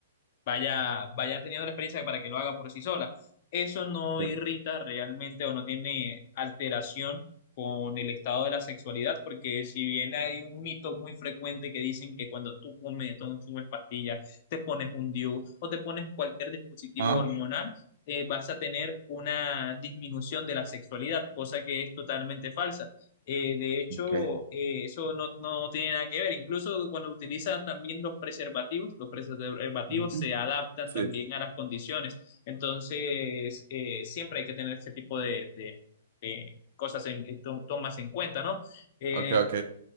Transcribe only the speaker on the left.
vaya, vaya teniendo la experiencia para que lo haga por sí sola. Eso no
irrita realmente o no tiene alteración con el estado de la sexualidad, porque si bien hay un mito muy frecuente que dicen que cuando tú comes, tú consumes pastillas, te pones un DIU o te pones cualquier dispositivo
hormonal, eh, vas a tener una disminución de la sexualidad, cosa que es totalmente falsa. Eh, de hecho,
eh, eso no, no tiene nada que ver. Incluso cuando utilizas también los preservativos, los preservativos
se adaptan
también a las condiciones. Entonces, eh, siempre hay que tener este tipo de, de- de cosas en, eh, to- tomas en cuenta, ¿no? Eh,